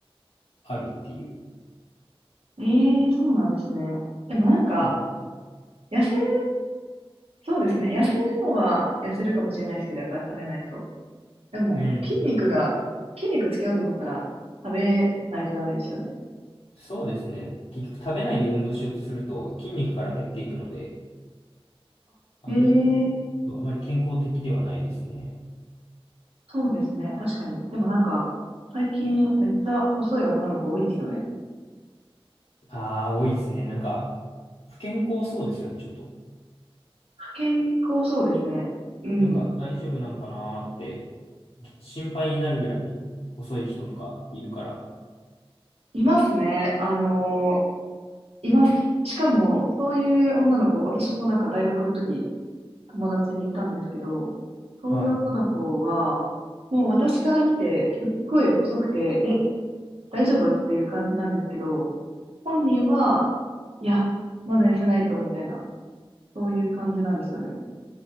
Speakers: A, on the left (about 75°); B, on the right (about 80°).
A: あるっていう。
B: ええそうなんですね。でもなんか、
A: そうです
B: 痩せる、そうですね。痩せるのは痩せるかもしれないですけど、やっぱり食べないと。でも、
A: うん。
B: 筋肉が、筋肉つけようと思ったら、食べないとダメですよね。
A: そうですね。結局食べないで運動しようとすると筋肉から減っていくので、あんまり、
B: あ、ええ
A: そうあまり健康的ではないですね。
B: そうですね。確かに。でもなんか、最近めっちゃ細い女の子多いですよね。
A: ああ、多いですね。なんか、不健康そうですよね、ちょっと。
B: 不健康そうですね。うん。
A: なんか大丈夫なんかなーって心配になるぐらい遅い人とかいるから。
B: いますね。あのーいます。しかも、そういう女の子、私もなんか大学の時友達にいたんですけど、そういう女の子は、
A: はい。
B: もう私から見てすっごい細くて、え、大丈夫っていう感じなんですけど、本人は、いや、まだ痩せないと、みたいな、そういう感じなんですよね。